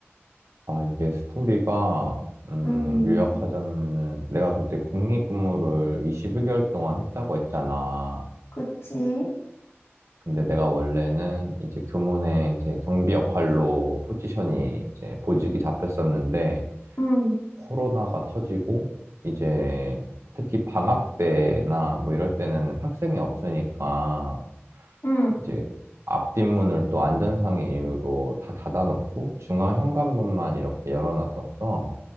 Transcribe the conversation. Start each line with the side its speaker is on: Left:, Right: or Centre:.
Right: 아, 이게 스토리가, 음,
Left: 음,
Right: 요약하자면은, 내가 그때 국립근무를 21개월 동안 했다고 했잖아.
Left: 그치.
Right: 근데 내가 원래는 이제 교문에 이제 경비 역할로 포지션이 이제 보직이 잡혔었는데,
Left: 응,
Right: 코로나가 터지고, 이제 특히 방학 때나 뭐 이럴 때는 학생이 없으니까,
Left: 응,
Right: 이제 앞뒷문을 또 안전상의 이유로 다 닫아놓고, 중앙 현관문만 이렇게 열어놨었어.